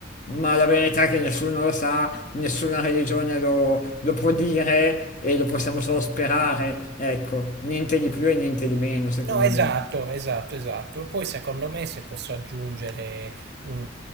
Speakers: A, on the left; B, on the right.
A: ma la verità è che nessuno lo sa, nessuna religione lo, lo può dire e lo possiamo solo sperare, ecco, niente di più e niente di meno, secondo
B: No, esatto,
A: me.
B: esatto, esatto. E poi secondo me, se posso aggiungere un,